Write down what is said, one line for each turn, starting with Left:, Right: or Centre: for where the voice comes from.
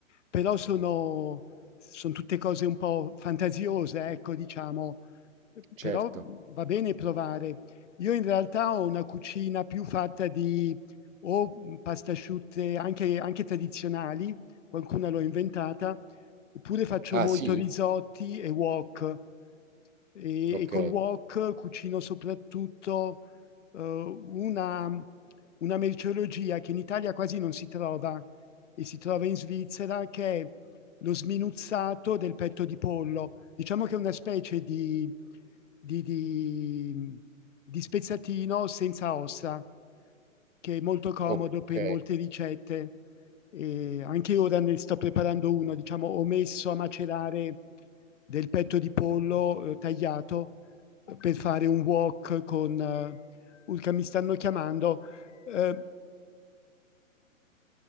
Left: però sono son tutte cose un po' fantasiose, ecco, diciamo.
Right: certo.
Left: Però va bene provare. Io in realtà ho una cucina più fatta di o, mhmm, pasta asciutte anche anche tradizionali, qualcuna l'ho inventata, oppure faccio
Right: Ah,
Left: molto
Right: sì?
Left: risotti e wok. E,
Right: Ok,
Left: e col wok cucino soprattutto eh, una, una merceologia che in Italia quasi non si trova e si trova in Svizzera, che è lo sminuzzato del petto di pollo. Diciamo che è una specie di, di, di, di spezzatino senza ossa, che è molto comodo
Right: ok.
Left: per molte ricette e anche ora ne sto preparando uno, diciamo, ho messo a macerare del petto di pollo eh, tagliato per fare un wok con... eh, Urca, mi stanno chiamando. eh,